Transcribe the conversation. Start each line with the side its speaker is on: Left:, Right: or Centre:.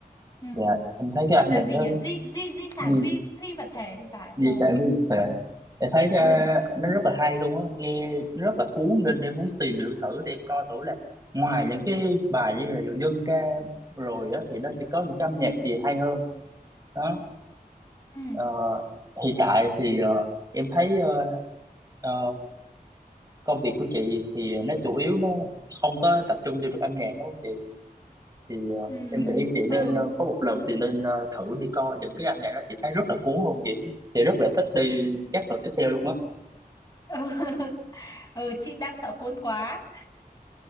Left: ừ.
Right: dạ em thấy cái
Left: gọi
Right: âm
Left: là
Right: nhạc
Left: gì
Right: đó
Left: nhỉ di di di sản
Right: di
Left: vi phi vật thể thì phải
Right: di
Left: ờ
Right: sản phi vật thể em thấy ờ,
Left: ừ
Right: nó rất là hay luôn á nghe nó rất là cuốn nên em muốn tìm hiểu thử để em coi thử là ngoài những cái bài như là dân ca rồi á thì nó sẽ có những cái âm nhạc gì hay hơn đó
Left: ừ
Right: Ờ, hiện tại thì ờ, em thấy ờ, ờ, công việc của chị thì nó chủ yếu nó không có tập trung vô được âm nhạc đúng không chị? Thì ờ,
Left: ừ
Right: em nghĩ chị
Left: ừ
Right: nên ờ, có một lần thì nên ờ, thử đi coi những cái âm nhạc đó chị thấy rất là cuốn luôn chị chị rất là thích đi các lần tiếp theo luôn á.
Left: <laughs> ừ chị đang sợ cuốn quá